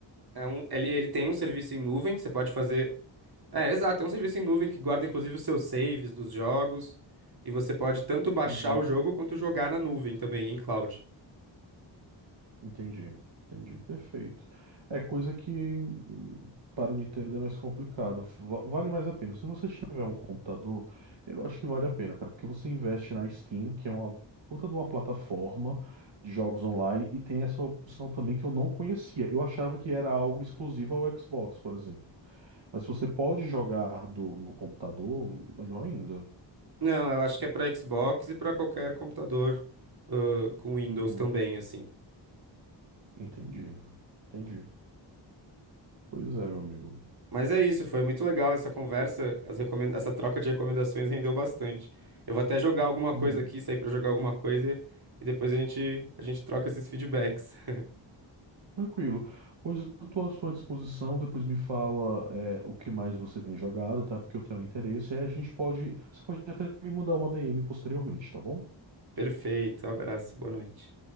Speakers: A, on the right; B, on the right.
A: É um, ele, ele tem um serviço em nuvem, você pode fazer. É, exato, é um serviço em nuvem que guarda inclusive os seus saves dos jogos e você pode tanto baixar
B: Uhum.
A: o jogo quanto jogar na nuvem também, em cloud.
B: Entendi, entendi, perfeito. É coisa que hum, para Nintendo é mais complicado. Va- Vale mais a pena. Se você tiver um computador, eu acho que vale a pena, cara, porque você investe na Steam, que é uma puta de uma plataforma de jogos online, e tem essa opção também que eu não conhecia. Eu achava que era algo exclusivo ao Xbox, por exemplo. Mas se você pode jogar do, no computador, melhor ainda.
A: Não, eu acho que é para Xbox e para qualquer computador ãh, com Windows
B: Uhum,
A: também, assim.
B: entendi, entendi. Pois é, meu amigo.
A: Mas é isso, foi muito legal essa conversa, as recomen- essa troca de recomendações rendeu bastante. Eu vou até jogar alguma
B: Uhum,
A: coisa aqui, sair pra jogar alguma coisa e depois a gente, a gente troca esses feedbacks. <laughs>
B: tranquilo. Pois eu estou à sua disposição. Depois me fala, é, o que mais você tem jogado, tá? Porque eu tenho interesse. E aí a gente pode. Você pode até me mudar uma DM posteriormente, tá bom?
A: Perfeito, abraço, boa noite.